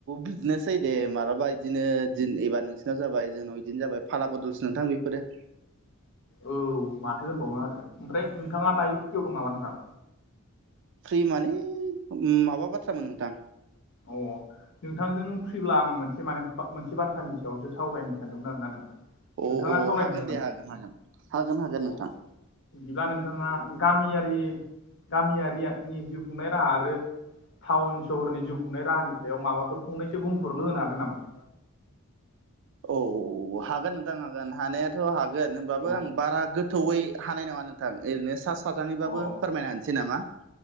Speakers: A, on the right (about 60°); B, on the left (about 60°).
A: बिनोसै जै दे मालाबा बिदिनो दिन एबार नोंसिरनाव जाबाय जोंनाव बिदिनो जाबाय फाला बदल्स नोंथां बेफोरो
B: औ माथो दोनबावनो आरो ओमफ्राय नोंथाङा दायो फुथियाव दं नामा नोंथां
A: फ्रि माने माबा बाथ्रामोन नोंथां
B: अ नोंथांजों फ्रिब्ला आं मोनसे माने मोनसे बाथ्रानि सायावसो सावरायनो सानदोंमोन आर ना नोंथां
A: अ
B: नोंथाङा
A: औ
B: सावरायनो
A: हागोन
B: नामा
A: दे हागोन हागोन हागोन हागोन
B: अ
A: नोंथां
B: बिदिब्ला नोंथाङा गामियारि गामियारिनि जिउ खुंनाय राहा आरो टाउन सहरनि जिउ खुंनाय राहानि सायाव माबाफोर फंनैसो बुंफोरल' होनो हागोन नामा
A: औ औ हागोन नोंथां हागोन हानायाथ' हागोन होनबाबो
B: अ
A: आं बारा गोथौयै हानाय नङा नोंथां ओरैनो सा साजैबाबो
B: अ
A: फोरमायनो हसै नामा